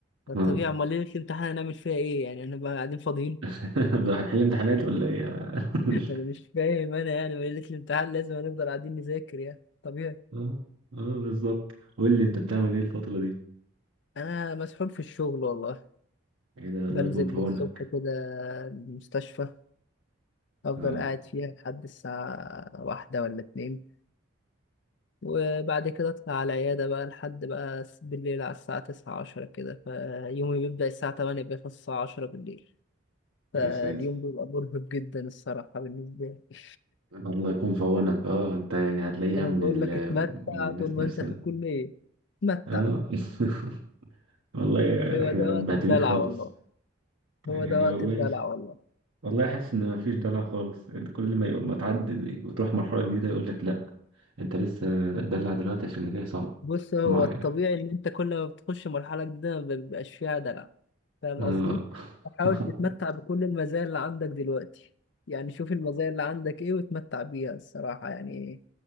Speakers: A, on the left; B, on the right.
A: ده الطبيعي
B: اه
A: امال ليله الامتحان هنعمل فيها ايه يعني هنبقى قاعدين فاضيين
B: <laughs> هنحل امتحانات ولا ايه <laughs> مش
A: <laughs>
B: فاهم.
A: انا مش فاهم انا يعني ليله الامتحان لازم هنفضل قاعدين نذاكر يعني طبيعي
B: اه اه بالظبط قول لي انت بتعمل ايه الفتره دي
A: انا مسحول في الشغل والله
B: ايه ده الله
A: بنزل
B: يكون في عونك
A: الصبح كده المستشفى افضل
B: اه
A: قاعد فيها لحد الساعة واحدة ولا اتنين وبعد كده اطلع على العيادة بقى لحد بقى س- بالليل على الساعة تسعة عشرة كده فيومي بيبدأ الساعة تمانية بيخلص الساعة عشرة بالليل فاليوم
B: يا ساتر
A: بيبقى مرهق جدا الصراحة بالنسبة لي
B: الله يكون في عونك اه انت يعني هتلاقيها
A: <laughs> أنا
B: من
A: بقول
B: ال...
A: لك اتمتع
B: من الناس
A: طول ما
B: نفسها
A: أنت في الكلية اتمتع
B: اه <laughs> والله يا-
A: هو
B: احنا
A: ده
B: مبهدلين
A: وقت الدلع
B: خالص
A: والله
B: يعني
A: هو ده وقت
B: والله
A: الدلع والله
B: والله حاسس ان مفيش دلع خالص إن كل ما يقوم ما تعدي دي وتروح مرحله جديده يقول لك لا انت لسه دلع دلوقتي عشان اللي جاي صعب
A: بص هو
B: ما
A: الطبيعي
B: يعني،
A: ان انت كل ما بتخش مرحله جديده ما بيبقاش فيها دلع فاهم
B: اه
A: قصدي
B: <laughs>
A: حاول تتمتع بكل المزايا اللي عندك دلوقتي يعني شوف المزايا اللي عندك ايه وتمتع بيها الصراحه يعني